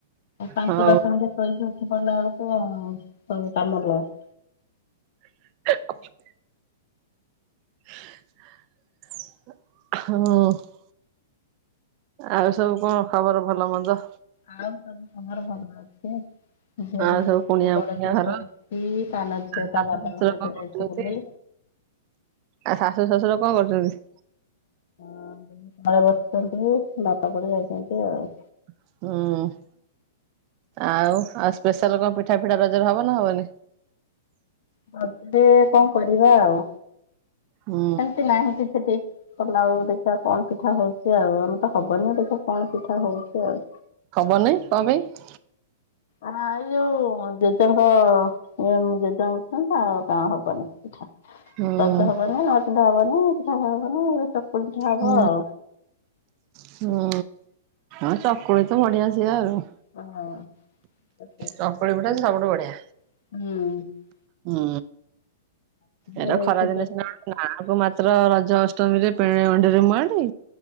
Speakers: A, on the left (about 60°); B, on the right (about 40°).
A: ପାଞ୍ଚ
B: ହଉ
A: ଦଶ ମିନିଟ୍ ଶୋଇକି ଉଠି ପଇଲା ବେଳକୁ ଆଉ ସବୁ କାମ ଲେଟ୍
B: <inaudible> ହଁଅ। ଆଉ ସବୁ କଣ ଖବର ଭଲ ମନ୍ଦ?
A: ଆଉ ସବୁ ତମର ଭଲ ଅଛି? ଝିଅଟେ
B: ଆଉ ସବୁ କୁଣିଆ
A: ସେ ବଡ
B: ମୁଣିଆ
A: ଝିଅ
B: ଘର
A: ଶୋଇଛି ସାନ ଝିଅ
B: ଶାଶୁ
A: ତା ବାବାଙ୍କ
B: ଶଶୁର
A: ସହିତ
B: କଣ
A: ଯାଇଛି
B: କରୁଛନ୍ତି?
A: ବୁଲି।
B: ଆଉ ଶାଶୁ ଶଶୁର କଣ କରୁଛନ୍ତି?
A: <inaudible> ତଳେ ବସିଛନ୍ତି ବାପା କୁଆଡ଼େ ଯାଇଛନ୍ତି ଆଉ।
B: ହୁଁ। ଆଉ, ଆଉ ସ୍ପେଶାଲ୍ କଣ ପିଠାଫିଠା ରଜରେ ହବ ନା ହବନି?
A: ରଜରେ କଣ କରିବା ଆଉ,
B: ହୁଁ
A: ସେମିତି ନାହିଁ କିଛି ଠିକ୍। କଲା ବେଳକୁ ଦେଖିବା କଣ ପିଠା ହଉଛି ଆଉ ଆମର ତ ହବନି ଦେଖିବା କଣ ପିଠା ହଉଛି ଆଉ‌।
B: ହବ ନାଇଁ କଣ ପାଇଁ?
A: ଆ ଇଏ ଯୋଉ ଜେଜଙ୍କ ଏ ଜେଜଙ୍କ <unintelligible> ଆଉ କଁ ହବନି ପିଠା।
B: ହୁଁ
A: ରଜ ହବନି, ନୁଆପିନ୍ଧା ହବନି, ପିଠା ହବନି <inaudible>
B: ହୁଁ।
A: ଆଉ।
B: ହୁଁ, ଆଁ ଚକୁଳି ତ ବଢିଆ ସେ ଆଉ।
A: ହଁଅ
B: ଚକୁଳି
A: ହୁଁ।
B: ପିଠା ସବୁଠୁ ବଢିଆ। ହୁଁ,
A: ହଁ
B: ଏରା
A: ରଜକୁ
B: ଖରା ଦିନେ ସିନା ନାଆଁକୁ ମାତ୍ର ରଜ ଅଷ୍ଟମୀରେ ପେଡିଅଣ୍ଢିରେ ମୁଆଣ୍ଡି